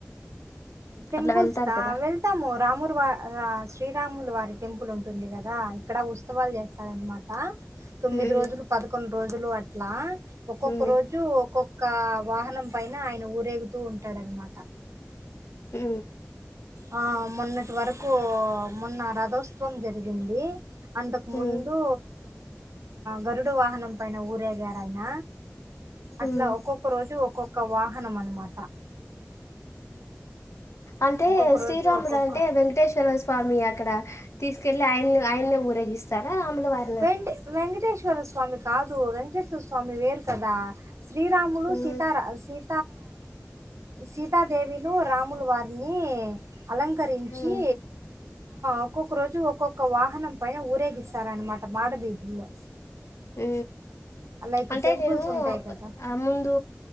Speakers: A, on the right; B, on the left.
A: టెంపుల్స్
B: అట్లా వెళ్తారు
A: కా
B: కదా
A: వెళ్తాము రామురు వా శ్రీరాములు వారి టెంపుల్ ఉంటుంది కదా ఇక్కడ ఉత్సవాలు చేస్తారనమాట తొమ్మిది
B: మ్మ్
A: రోజులు పదకొండు రోజులు అట్లా ఒక్కొక్క
B: మ్మ్
A: రోజు ఒక్కొ ఒక వాహనం పైన ఆయన ఊరేగుతూ ఉంటాడనమాట
B: హ
A: ఆ మొన్నటి వరకు మొన్న రథోత్సవం జరిగింది అంతకు
B: హ్మ్
A: ముందు గరుడు వాహనం పైన ఊరేగార ఆయన
B: హ్మ్
A: అట్లా ఒక్కొక్క రోజు ఒక్కొక్క వాహనం అనమాట
B: అంటే
A: ఒక్కొక్క
B: శ్రీరాముడు
A: రోజు ఒక్కొక్క
B: అంటే వెంకటేశ్వర స్వామి అక్కడ తీసుకెళ్ళలి ఆయన్ని ఆయన్ని ఊరేగిస్తాడా రాముల వారి
A: వె వెంకటేశ్వర స్వామి కాదు వెంకటేశ్వర స్వామి వేరు కదా శ్రీరాములు
B: హ్మ్
A: సీతారా స సీతాదేవి రాములు వారిని అలంకరించి
B: హ్మ్
A: ఒక్కొక్క రోజు ఒక్కొక్క వాహనం పైన ఊరేగిస్తారనమాట మాడవీధుల్లో
B: హ
A: లైక్
B: అంటే
A: టెంపుల్స్
B: నను
A: ఉంటాయి కదా
B: ఆ ముందు